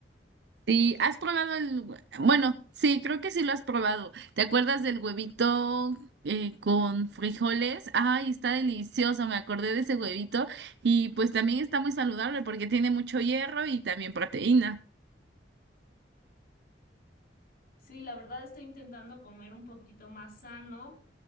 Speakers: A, on the right; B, on the left.
A: Sí, has probado el, hue- bueno, sí, creo que sí lo has probado. ¿Te acuerdas del huevito eh, con frijoles? Ay, está delicioso, me acordé de ese huevito y pues también está muy saludable porque tiene mucho hierro y también proteína.
B: Sí, la verdad estoy intentando comer un poquito más sano,